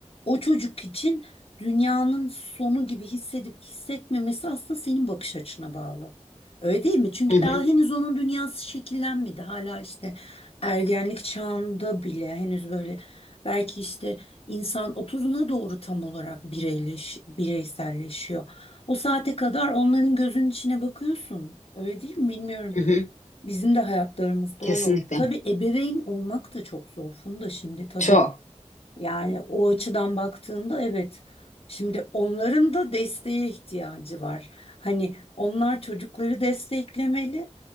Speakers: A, on the left; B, on the left.
A: o çocuk için dünyanın sonu gibi hissedip hissetmemesi aslında senin bakış açına bağlı. Öyle değil mi? Çünkü
B: Hı hı,
A: daha henüz onun dünyası şekillenmedi. Hala işte ergenlik çağında bile henüz böyle belki işte insan 30'una doğru tam olarak bireyleş, bireyselleşiyor. O saate kadar onların gözünün içine bakıyorsun. Öyle değil mi? Bilmiyorum.
B: hı hı.
A: Bizim de hayatlarımızda
B: Kesinlikle.
A: öyle oldu. Tabii ebeveyn olmak da çok zor. Funda şimdi tabii
B: Çok.
A: yani o açıdan baktığında evet. Şimdi onların da desteğe ihtiyacı var. Hani onlar çocukları desteklemeli.